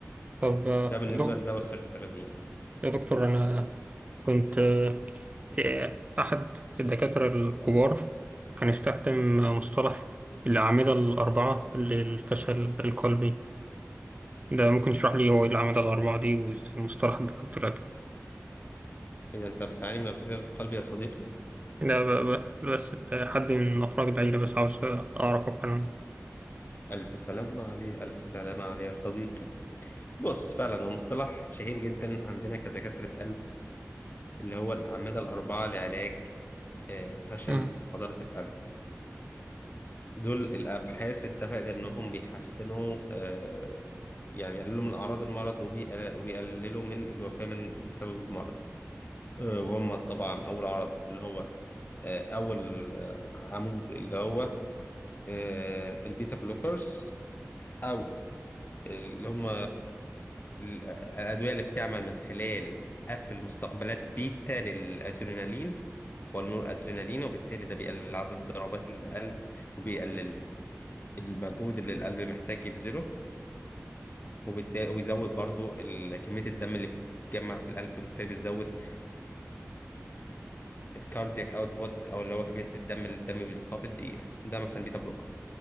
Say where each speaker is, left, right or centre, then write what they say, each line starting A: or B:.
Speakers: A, on the right; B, on the left.
A: طب آه،
B: ده بالنسبه
A: يا دك-
B: لدواء السيرترالين
A: يا دكتور أنا كنت آه، في أحد الدكاترة الكبار كان استخدم مصطلح الأعمدة الأربعة للفشل القلبي ده ممكن تشرح لي هو إيه الأعمدة الأربعة دي والمصطلح ده طلع
B: اذا انت بتعاني من الفشل القلبي يا صديقي
A: ده ب- ب- بس حد من أفراد العيلة بس عاوز أعرف أكتر
B: الف سلامه عليه الف سلامه عليه يا صديقي بص فعلا هو مصطلح شهير جدا عندنا كدكاتره قلب اللي هو الاعمده الاربعه لعلاج آه، فشل
A: عنه
B: حضاره القلب دول الابحاث اتفقت انهم بيحسنوا آه، يعني يقللوا من اعراض المرض وبيقل- وبيقللوا من الوفاه من بسبب المرض آه، وهم طبعا أول عرض اللي هو آه، أول آه، عمود اللي هو آه، البيتا بلوكرز أو اللي هم الأدوية اللي بتعمل من خلال قفل مستقبلات بيتا للأدرينالين والنور أدرينالين وبالتالي ده بيقلل عدد ضربات القلب وبيقلل المجهود اللي القلب محتاج يبذله وبالتالي وبيزود برضو ال- كمية الدم اللي بتتجمع في القلب وبالتالي بيزود الكاردياك اوتبوت او اللي هو كميه الدم اللي الدم بيضخها في الدقيقه ده مثلا بيتا بلوكر